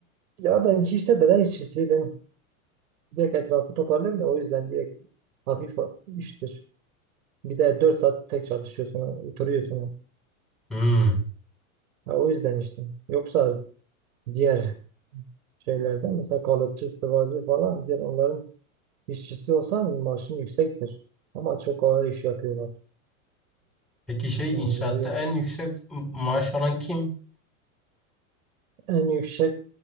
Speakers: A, on the right (about 75°); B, in the centre.
A: Ya benimki işte beden işçisi. Ben Direkt etrafı toparlıyor ya o yüzden direkt hafif iştir. Bir de 4 saat tek çalışıyorsun, oturuyorsun.
B: Hmm.
A: Ha, o yüzden işte. Yoksa diğer şeylerde mesela kalıpçı, sıvacı falan diğer onların işçisi olsan maaşın yüksektir. Ama çok ağır iş yapıyorlar.
B: Peki şey
A: Yani
B: inşaatta
A: yoruyor.
B: en yüksek maaş alan kim?
A: En yüksek,